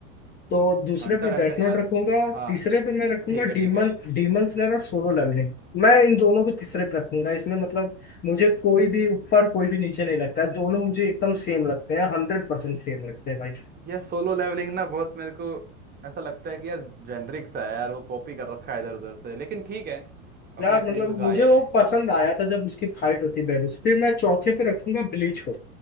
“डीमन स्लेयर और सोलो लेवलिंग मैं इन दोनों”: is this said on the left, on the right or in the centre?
Left